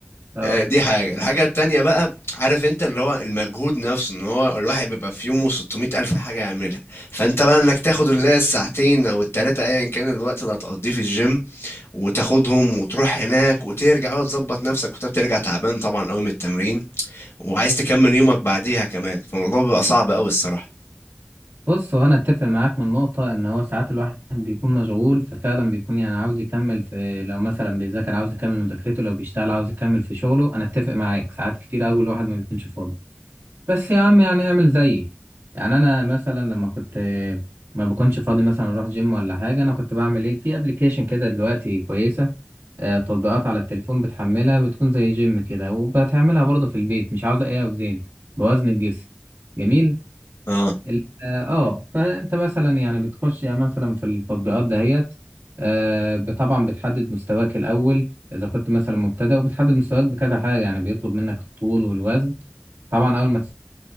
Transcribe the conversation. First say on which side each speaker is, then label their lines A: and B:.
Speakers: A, on the right; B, on the left.
A: اه
B: دي حاجه الحاجه التانية بقى عارف انت اللي هو المجهود نفسه ان هو الواحد بيبقى في يومه 600 الف حاجه يعملها فانت بقى انك تاخد اللي هي الساعتين او التلاته ايا كان الوقت اللي هتقضيه في الجيم وتاخدهم وتروح هناك وترجع وتظبط نفسك وانت بترجع تعبان طبعا قوي من التمرين وعايز تكمل يومك بعديها كمان فالموضوع بيبقى صعب قوي الصراحة
A: بص هو انا اتفق معاك من نقطة ان هو ساعات الواحد بيكون مشغول ففعلا بيكون يعني عاوز يكمل في لو مثلا بيذاكر عاوز يكمل مذاكرته لو بيشتغل عاوز يكمل في شغله انا اتفق معاك ساعات كتير قوي الواحد ما بيكونش فاضي بس يا عم يعني اعمل زيي يعني انا مثلا لما كنت ما بكونش فاضي مثلا اروح جيم ولا حاجة انا كنت بعمل ايه في ابلكيشن كده دلوقتي كويسة آه، تطبيقات على التليفون بتحملها بتكون زي جيم كده وبتعملها برضه في البيت مش عاوزة أي أوزان بوزن الجسم جميل
B: اه
A: ال- اه آه، فأنت مثلا يعني بتخش يعني مثلا في التطبيقات دهيت آه، ب- طبعا بتحدد مستواك الأول إذا كنت مثلا مبتدئ وبتحدد مستواك بكذا حاجة يعني بيطلب منك الطول والوزن طبعا أول ما